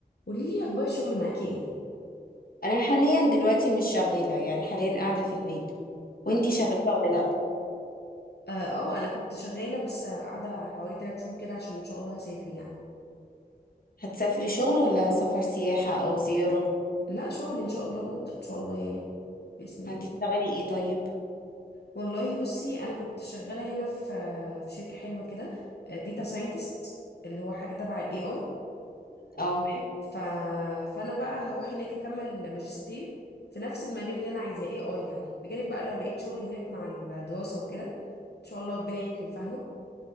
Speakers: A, on the left; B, on the left.
A: قولي لي اخبار الشغل معاكي ايه
B: انا حاليا دلوقتي مش شغاله يعني حاليا قاعده في البيت وانتي
A: طب ليه
B: شغاله
A: كده
B: ولا لا
A: اه آه، انا كنت شغاله بس آه، قاعده حوالي 3 شهور كده عشان ان شاء الله هسافر يعني
B: هتسافري شغل ولا سفر سياحه او زياره
A: لا شغل ان شاء الله برضه ان شاء الله يعني باذن الله
B: هتشتغلي ايه طيب
A: والله بصي انا كنت شغاله هنا في آه، في شركه حلوه كده داتا ساينتست اللي هو حاجه تبع الاي اي
B: اه
A: تمام ف... فانا بقى هروح هناك اكمل ماجستير في نفس المجال اللي انا عايزاه اي اي يعني بجانب بقى لو لقيت شغل هناك مع الدراسه وكده ان شاء الله ربنا يكرم فاهمه